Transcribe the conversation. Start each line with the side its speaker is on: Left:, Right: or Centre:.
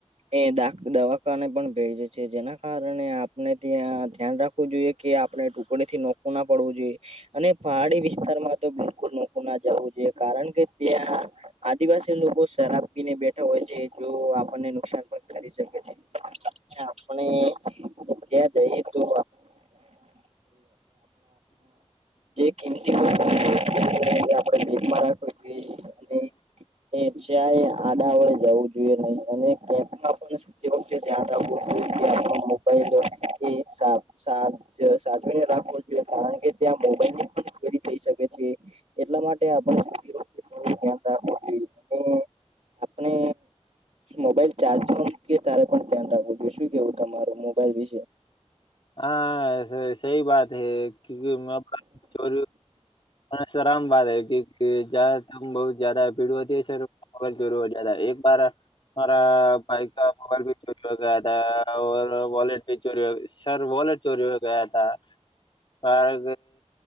Right: એ દા દવાખાને પણ ભેજે છે જેના કારણે આપણે ત્યાં ધ્યાન રાખવું જોઈએ કે આપણે ટુકડી થી નોખું ના પડવું જોઈએ અને પહાડી વિસ્તારમાં તો બિલકુલ નોખું ના જવું જોઈએ કારણ કે ત્યાં આદિવાસી લોકો શરાબ પીને બેઠા હોય છે જો આપણને નુકસાન પણ કરી શકે છે ને આપણે ત્યાં જઈએ તો આપણે
Left: <inaudible>
Right: <inaudible> <inaudible> અને એ ચ્યાય આડા અવડે જવું જોઈએ નહી. અને કેપમાં પણ <inaudible> જો કે ધ્યાન રાખવું. એ કે આપણો મોબાઈલ એ સાત સાત સાચવીને રાખવો. જોઈએ. કારણ કે ત્યાં મોબાઈલની પણ ચોરી થઈ શકે છે. એટલા માટે આપણે સૂતી વખ તે બહુ ધ્યાન રાખવું જોઈએ. અને આપણે મોબાઈલ ચાર્જમાં મૂકીએ ત્યારે પણ ધ્યાન રાખવું જોઈએ. શું કેવું તમારું મોબાઈલ વિશે?
Left: હા સહી બાત હૈ. કયુંકી <inaudible> સરમ બાત હે. ક્યુકી જ્યાદા <inaudible> જ્યાદા ભીડ વધે છે તો. કોલ ચૂરુ હો જાતા હૈ. એક બારા મારા ભાઈકા મોબાઈલ ભી ચોરી હો ગયા થા. ઓર વોલેટ ભી ચોરી હો <inaudible> સર વોલેટ ચોરી હો ગયા થા. પર